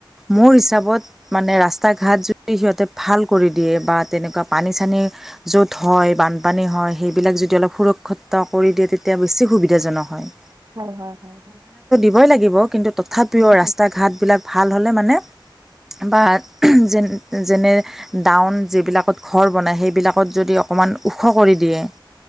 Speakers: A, in the centre; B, on the right (about 40°).
A: মোৰ হিচাপত মানে ৰাস্তা ঘাট ঘাত যদি সিহঁতে ভাল কৰি দিয়ে বা তেনেকুৱা পানী চানী য'ত হয় বানপানী হয় সেইবিলাক যদি অলপ সুৰক্ষিত কৰি দিয়ে তেতিয়া বেছি সুবিধাজনক হয়
B: হয় হয় হয় হয়
A: দিব‌ই লাগিব কিন্তু তথাপিও
B: উম
A: ৰাস্তা ঘাট বিলাক ভাল হ'লে মানে বাট যেনে যেনে ডাউন যিবিলাকত ঘৰ বনায় সেইবিলাকত যদি অকণমান ওখ কৰি দিয়ে